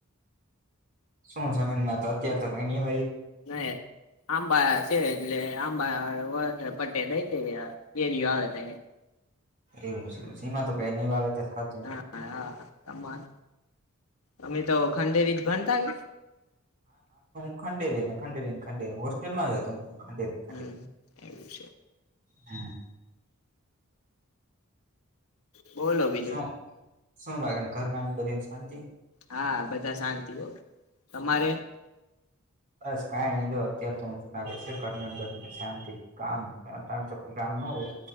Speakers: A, on the right; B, on the left.
A: શું ઝમીનમાં તો અત્યારે તો કાઈ ની હો
B: નય આંબા સે એટલે આંબા <unintelligible> પટે દઈ દેવી આ કેરીયો આવે તયે.
A: એવું છે સિમાં તો કય ની વાવેતર. થતું
B: હા
A: હોય
B: આહા અમા. અમે તો ખંડેરી જ ભન્તા કે?
A: ખંડેરીન ખંડેરીન ખંડેન હોસ્ટેલમાં જ હતો. ખંડેરીને
B: હમ્મ એવું છે.
A: હમ્મ.
B: બોલો બીજું
A: શું શું બાકન ઘરના ન બધે શાંતિ?
B: હા બધાં શાંતિ ઓ તમારે?
A: બસ કાઈ જો અત્યાર તો હું ઝૂનાગઢ <inaudible> શાંતિ કામ આ તામ તો કામ નો હોય.